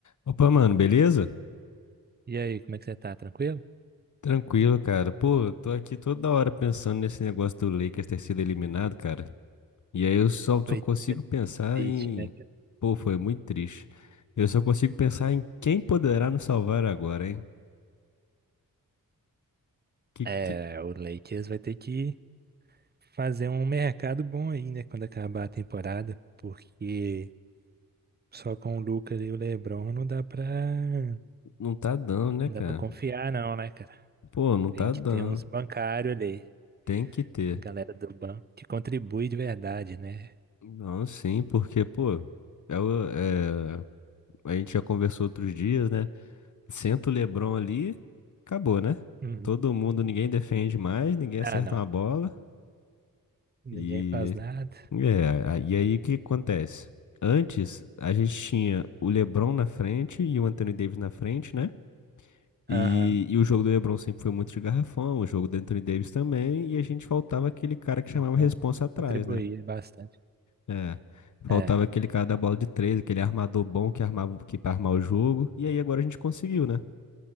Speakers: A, on the left (about 55°); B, on the right (about 25°).
A: Opa, mano, beleza?
B: E aí, como é que você tá? Tranquilo?
A: Tranquilo, cara. Pô, eu tô aqui toda hora pensando nesse negócio do Lakers ter sido eliminado, cara. E aí eu só,
B: Foi
A: só consigo pensar
B: triste,
A: em.
B: né, cara?
A: Pô, foi muito triste. Eu só consigo pensar em quem poderá nos salvar agora, hein? Que,
B: É,
A: que...
B: o Lakers vai ter que fazer um mercado bom aí, né, quando acabar a temporada, porque só com o Lucas e o LeBron não dá pra,
A: Não tá dando, né,
B: não
A: cara?
B: dá pra confiar não, né, cara?
A: Pô, não tá
B: Tem que
A: dando.
B: ter uns bancários ali,
A: Tem que ter.
B: a galera do banco, que contribui de verdade, né?
A: Não, sim, porque, pô, é, o- é... a gente já conversou outros dias, né? Senta o LeBron ali, acabou, né?
B: Uhum.
A: Todo mundo, ninguém defende mais, ninguém
B: Ah,
A: acerta
B: não.
A: uma bola.
B: Ninguém
A: E,
B: faz nada.
A: é, a- e aí o que acontece? Antes, a gente tinha o LeBron na frente e o Anthony Davis na frente, né? E,
B: Aham.
A: e o jogo do LeBron sempre foi muito de garrafão, o jogo do Anthony Davis também, e a gente faltava aquele cara que chamava
B: Então,
A: responsa atrás,
B: contribuir
A: né?
B: bastante.
A: É, faltava
B: É,
A: aquele cara da bola de três, aquele armador bom que armava, que para armar o jogo, e aí agora a gente conseguiu, né?